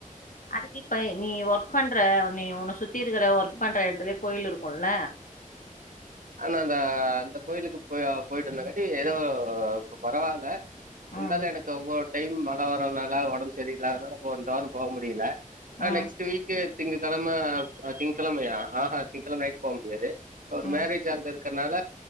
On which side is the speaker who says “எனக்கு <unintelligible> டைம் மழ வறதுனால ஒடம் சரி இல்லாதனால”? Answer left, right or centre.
Right